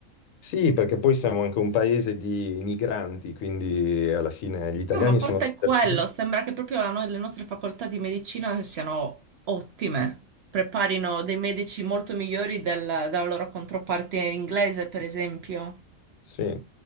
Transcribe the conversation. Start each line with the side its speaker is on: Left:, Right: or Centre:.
Left: Sì, perché poi siamo anche un paese di migranti, quindi alla fine gli italiani
Right: No, ma a parte
Left: sono dappertutto.
Right: quello, sembra che proprio la no- le nostre facoltà di medicina siano ottime. Preparino dei medici molto migliori del- della loro controparte inglese, per esempio.
Left: Sì,